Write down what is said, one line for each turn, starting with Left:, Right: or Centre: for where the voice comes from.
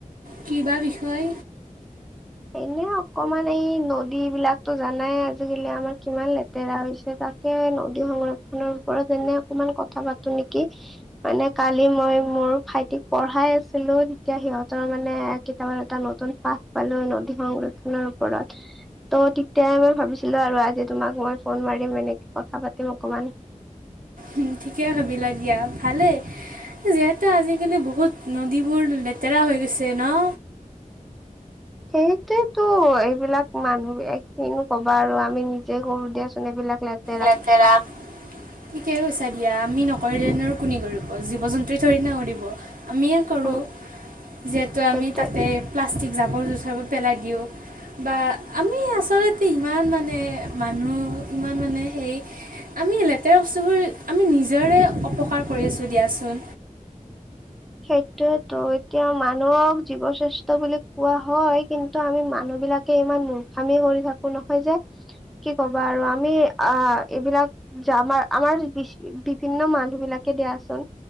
Right: কিবা বিষয়
Centre: এনে অকমান এই নদী বিলাকতো জানাই আজিকালি আমাৰ কিমান লেতেৰা হৈছে তাকে নদী সংৰক্ষনৰৰ ওপৰত এনে অকমান কথা পাতো নেকি মানে কালি মই মোৰ ভাইটিক পঢ়াই আছিলো তেতিয়া সিহঁতৰ মানে কিতাপত এটা নতুন পাঠ পালো নদী সংৰক্ষণৰ ওপৰত ত' তেতিয়াই মই ভাবিছিলো আৰু আজি তোমাক মই ফোন মাৰিম এনেকে কথা পাতিম অকমান
Right: উম ঠিকে ভাবিলা দিয়া ভালেই যিহেতু আজিকালি বহুত নদীবোৰ লেতেৰা হৈ গৈছে ন
Centre: সেইটোৱে এইটো এইবিলাক মানুহ কিনো কবা আৰু আমি নিজে কৰো দিয়াচোন এইবিলাক লেত
Right: লেতেৰা ঠিকে কৈছা দিয়া আমি নকৰিলেনো আৰু কোনে কৰিব জীৱ জন্তুই ঠৰিনা কৰিব আমিয়ে কৰো
Centre: উম
Right: যিহেতু আমি
Centre: সেইটোৱে
Right: তাতে প্লাষ্টিক জাবৰ জোথৰবোৰ পেলাই দিওঁ। বা আমি আচলতে ইমান মানে মানুহ ইমান মানে সেই আমি লেতেৰা বস্তুবোৰ আমি নিজৰে অপকাৰ কৰি আছো দিয়াচোন
Centre: সেইটোয়েতো এতিয়া মানুহক জীৱ শ্ৰেষ্ঠ বুলি কোৱা হয় কিন্তু আমি মানুহ বিলাকে ইমান মুখামি কৰি থাকো নহয় যে কি ক'বা আৰু আমি আ এইবিলাক যা আমাৰ আমাৰ বি বিভিন্ন মানুহ বিলাকে দিয়াচোন